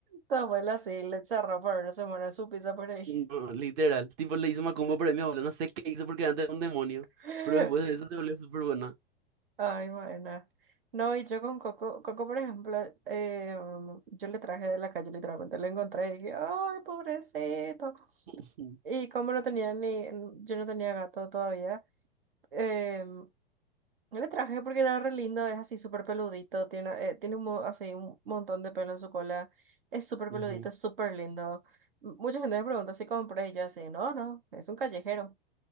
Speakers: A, on the right; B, on the right.
A: tu abuela sí le cerró por no se muere su pizza por ahí.
B: No, literal, tipo le hizo macumba por ahí mi abuela, no sé qué hizo porque antes era un demonio,
A: <laughs>
B: pero después de eso se volvió súper buena.
A: Ay, buena. No, y yo con Coco, Coco, por ejemplo, eh, um, yo le traje de la calle, literalmente lo encontré y dije, ay, pobrecito.
B: <laughs> Ujú,
A: Y como no tenía ni, yo no tenía gato todavía, eh, mm, le traje porque era re lindo, es así súper peludito, tiene, eh, tiene un, mo- así un montón de pelo en su cola, es súper
B: ujú.
A: peludito, es súper lindo M- Mucha gente me pregunta si compré y yo así, no, no, es un callejero.